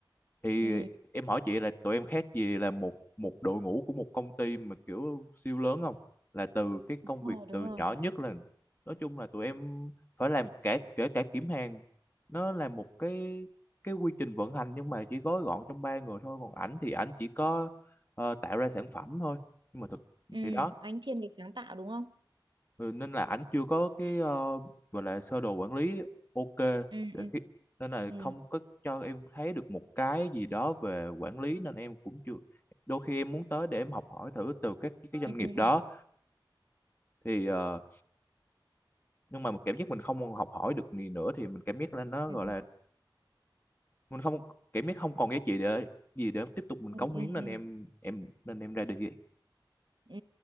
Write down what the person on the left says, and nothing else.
thì
em hỏi chị là tụi em khác gì là một một đội ngũ của một công ty mà kiểu siêu lớn không là từ cái
công
việc
từ
nhỏ nhất là nói chung là tụi em phải làm cả kể cả kiểm hàng nó là một cái cái quy trình vận hành nhưng mà chỉ gói gọn trong ba người thôi còn ảnh thì ảnh chỉ có ờ, tạo ra sản phẩm thôi nhưng mà thực
thì đó
Ừ, nên là ảnh chưa có cái ờ, gọi là sơ đồ quản lý ok
để
khi nên là
không có cho em thấy được một cái gì đó về quản lý nên em cũng chưa đôi khi em muốn tới để em học hỏi thử từ các cái doanh
nghiệp
đó thì ờ, nhưng mà mình cảm giác mình không học hỏi được gì nữa thì mình cảm giác là nó gọi
là mình không cảm giác không còn giá trị để gì để tiếp tục mình
cống
hiến nên
em
em nên em ra đi